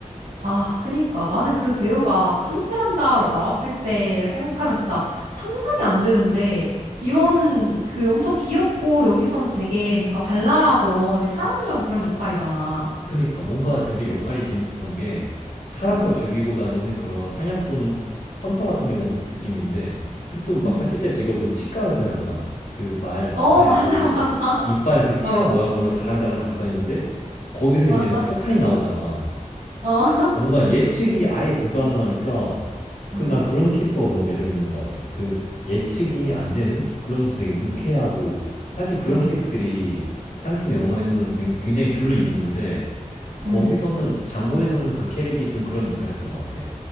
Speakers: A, on the right; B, on the left.
A: 아, 그니까. 나는 그 배우가 그 한스란다로 나왔을 때를 생각하면 진짜 상상이 안 되는데, 이런 그 엄청 귀엽고 여기서는 되게 뭔가 발랄하고 되게 사람 좋은 그런 역할이잖아.
B: 그니까, 뭔가 되게 역할이 재밌었던 게, 사람
A: 응,
B: 다 죽이고 다니는 그런 사냥꾼, 헌터 같은 경우 느낌인데, 근데 또 막상
A: 응.
B: 실제 직업은 치과 의사였나? 그 말 마차에도
A: 어, 맞아, <laughs> 맞아.
B: 이빨 그 치아
A: 어,
B: 모양으로 달랑달랑 달고 다니는데, 거기서
A: 맞아.
B: 이제 막 폭탄이 나오잖아.
A: 어.
B: 뭔가 예측이 아예 불가능하니까
A: 응,
B: 그 난 그런 캐릭터가 너무 매력 있는 것 같아. 그 예측이 안 되는 그러면서 되게 유쾌하고 사실 그런
A: 응.
B: 캐릭들이 타란티노 영화에서는 되- 굉장히 줄을 이루는데 거기서는
A: 응.
B: 장고에서는 그 캐릭이 좀 그런 역할이었던 것 같아.